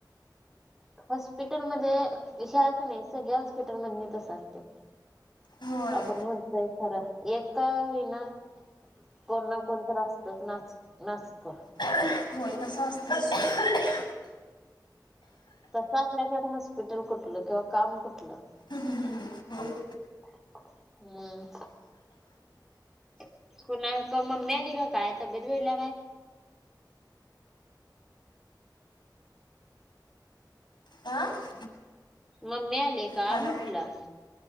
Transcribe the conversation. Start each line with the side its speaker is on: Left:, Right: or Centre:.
Centre: <inaudible> हॉस्पिटलमध्ये ह्याच्याच नाही सगळ्या हॉस्पिटल मदनी तसं असतय.
Left: होय
Centre: आपण म्हणतय खरं एका विना कोण ना कोण तर असतय. तरच नाच नाचतं
Left: <unintelligible> होय तसं असतच. <unintelligible>
Centre: तसं आपल्याच्या हॉस्पिटल कुठलं किंवा काम कुठलं
Left: <unintelligible>
Centre: <unintelligible> हम्म <inaudible> कुणाला मम्मी आली का काय तब्येत बिघडल्या काय
Left: आ <inaudible>
Centre: मम्मी आले का
Left: हॅलो
Centre: म्हटलं